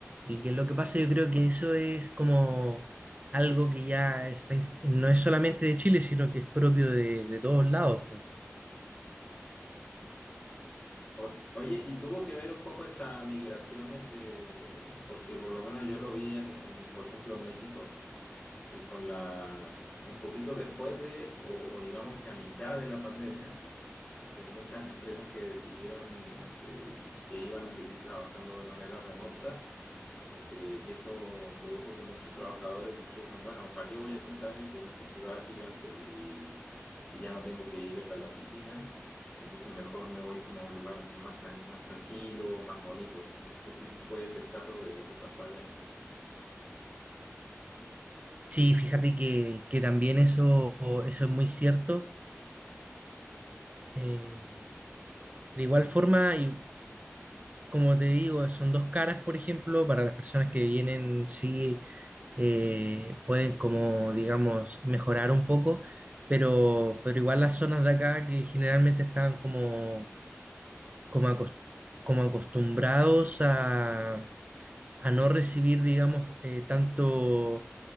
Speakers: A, on the right (about 30°); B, on the left (about 25°).
A: y que lo que pasa yo creo que eso es como algo que ya está, inst- no es solamente de Chile, sino que es propio de, de todos lados, po.
B: O- oye, y tuvo que ver un poco esta migración, este, porque por lo menos yo lo vi en, en, por ejemplo, en México. que con la, un poquito después de, o, o digamos que a mitad de la pandemia, este, muchas empresas que decidieron este, que iban a seguir trabajando de manera remota, este, y eso produjo que muchos trabajadores dijeron, bueno, ¿para qué voy a estar este, en esta ciudad gigante si, si ya no tengo que ir a la oficina? Entonces mejor me voy como a un lugar más, tan, más tranquilo, más bonito. No sé si fue ese el caso de lo que pasó allá.
A: Sí, fíjate que, que también eso, eso es muy cierto. Eh, de igual forma, y como te digo, son dos caras, por ejemplo, para las personas que vienen, sí, eh, pueden como, digamos, mejorar un poco, pero, pero igual las zonas de acá que generalmente están como como, acos- como acostumbrados a, a no recibir, digamos, eh, tanto